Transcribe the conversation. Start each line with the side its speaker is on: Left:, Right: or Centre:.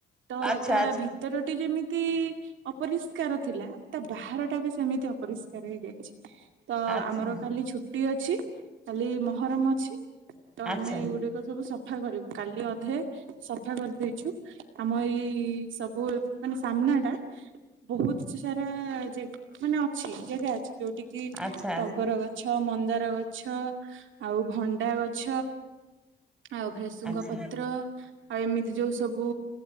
Right: ତ
Centre: ଆଚ୍ଛା
Right: ତା ଭିତରଟି ଯେମିତି ଅପରିଷ୍କାର ଥିଲା ତା ବାହାର ଟା ବି ସେମିତି ଅପରିଷ୍କାର ହେଇଯାଇଛି। ତ
Centre: ଆଚ୍ଛା
Right: ଆମର କାଲି ଛୁଟି ଅଛି କାଲି ମହରମ ଅଛି ତ
Centre: ଆଚ୍ଛା
Right: ଆମେ ଏଇ ଗୁଟେ ସବୁ ସଫା କରିବୁ କାଲି ଅ ଧେ ସଫା କରିଦେଇଛୁ ଆମ ଏଇ ସବୁ ମାନେ ସାମ୍ନା ଟା। ବହୁତ ସାରା ମାନେ ଅଛି ଜାଗା ଅଛି ଯୋଉଠିକ କି
Centre: ଆଚ୍ଛା
Right: ଟଗର ଗଛ, ମନ୍ଦାର ଗଛ ଆଉ ଭଣ୍ଡା ଗଛ ଆଉ ଭେସୁଙ୍ଗ
Centre: ଆଚ୍ଛା
Right: ପତ୍ର ଆଉ ଏମିତି ଯୋଉ ଯୋଉ ସବୁ